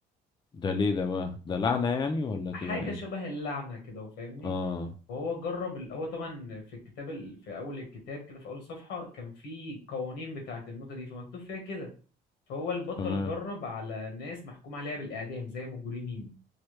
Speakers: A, on the left; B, on the left.
A: ده ليه ده بقى ده لعنه
B: آه،
A: يعني ولا تبقى
B: حاجه
A: ايه
B: شبه اللعنه كده وفاهمني
A: اه
B: فهو جرب ال... هو طبعا في الكتاب ال... في اول الكتاب كده في اول صفحه كان في قوانين بتاعه النوته دي فمكتوب فيها كده فهو البطل
A: تمام
B: جرب على ناس محكوم عليها بالإعدام زي مجرمين